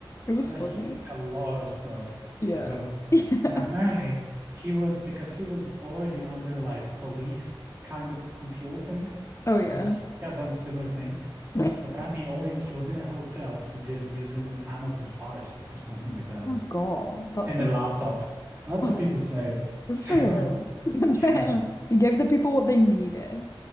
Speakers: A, on the left (about 35°); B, on the right (about 25°).
A: It was
B: but
A: funny.
B: he leaked a lot of stuff. <laughs>
A: Yeah.
B: So,
A: <laughs> Yeah.
B: and apparently he was because he was already under like police kind of control thing.
A: Oh yeah.
B: because he had done similar things.
A: Nice.
B: He apparently only he was in a hotel and he did it using an Amazon Fire Stick or something like that
A: Oh my God. That's
B: and
A: his-
B: a laptop. That's
A: oh,
B: what people say.
A: <laughs> good
B: <laughs> So
A: for him. <laughs> Good for
B: yeah,
A: him. He gave the people what they needed,